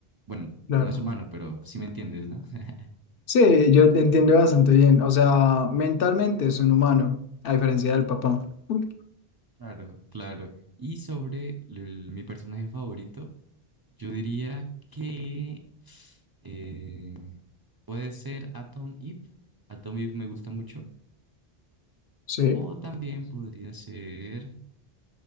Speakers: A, on the right; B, on the left.
A: Bueno,
B: Claro.
A: no es humano, pero sí me entiendes, ¿no? <laughs>
B: Sí, yo te entiendo bastante bien. O sea, mentalmente es un humano, a diferencia del papá. Uy.
A: Claro, claro. Y sobre el- mi personaje favorito, yo diría que eh, puede ser Atom Eve. Atom Eve me gusta mucho.
B: Sí.
A: O también podría ser,